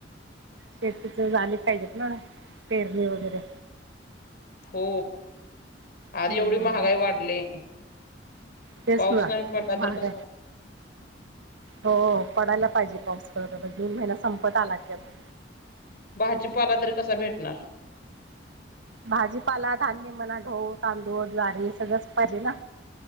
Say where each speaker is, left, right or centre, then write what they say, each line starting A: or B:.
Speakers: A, on the right; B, on the left.
A: शेतीच झाली पाहिजेत ना पेरणी वगैरे.
B: हो आधी
A: हम्म
B: एवढी महागाई वाढली.
A: तेच
B: पाऊस
A: ना
B: नाही पडला
A: आता
B: तर
A: माग
B: कसं
A: हो पडायला पाहिजे पाऊस खरं तर आता जून महिना संपत आला की आता.
B: भाजीपाला तर कसा भेटणार?
A: भाजीपाला धान्य म्हणा. गहू, तांदूळ, ज्वारी सगळंच पाहिजे ना.